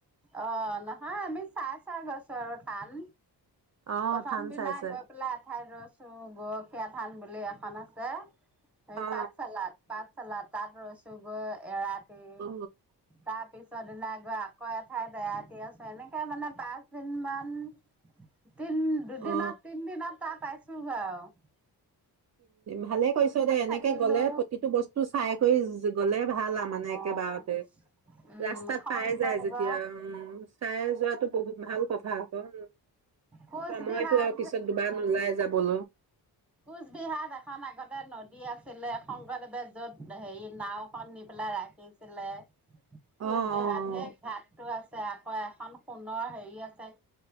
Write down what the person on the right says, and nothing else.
অ
থান
চাই চাই
অ
অ অ
অ অ।
ভালে কৰিছদে, এনেকে
গলে প্ৰতিটো বস্তু চাই কৰি গলে, ভাল আৰু মানে
একেবাৰতে,
ৰাস্তাত
পাই যায়। যেতিয়া অ, চাই যোৱাাতটো বহুত ভাল কথা। <unintelligible>
সময়তো আৰু পিছত দুবাৰ নোলাই যাব। অ
অ',